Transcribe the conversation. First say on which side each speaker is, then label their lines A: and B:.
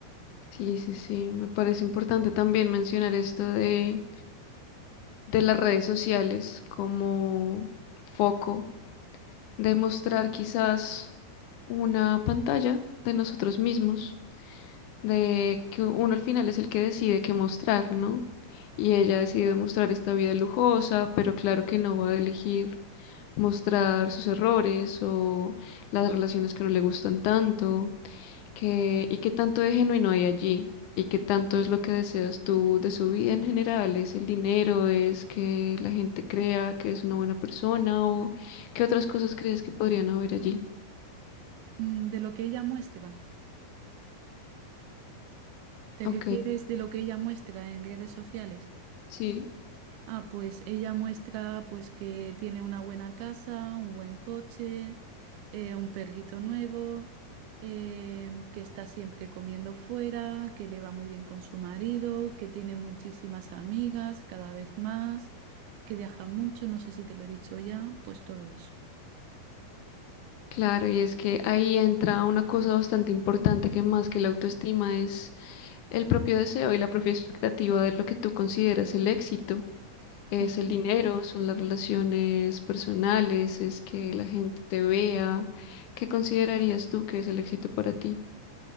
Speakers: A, on the left; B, on the right.
A: Sí, sí, sí, me parece importante también mencionar esto de, de las redes sociales como foco de mostrar quizás una pantalla de nosotros mismos, de que uno al final es el que decide qué mostrar, ¿no? Y ella ha decidido mostrar esta vida lujosa, pero claro que no va a elegir mostrar sus errores o las relaciones que no le gustan tanto que- y qué tanto de genuino hay allí, y qué tanto es lo que deseas tú de su vida en general, es el dinero, es que la gente crea que es una buena persona o qué otras cosas crees que podrían haber allí.
B: Mm, De lo que ella muestra. ¿Te
A: Ok,
B: refieres de lo que ella muestra en redes sociales?
A: sí,
B: Ah, pues ella muestra pues que tiene una buena casa, un buen coche, eh, un perrito nuevo, em, que está siempre comiendo fuera, que le va muy bien con su marido, que tiene muchísimas amigas, cada vez más, que viaja mucho, no sé si te lo he dicho ya, pues todo eso.
A: claro, y es que ahí entra una cosa bastante importante que más que la autoestima es el propio deseo y la propia expectativa de lo que tú consideras el éxito. Es
B: Ujú.
A: el dinero, son las relaciones personales, es que la gente te vea. ¿Qué considerarías tú que es el éxito para ti?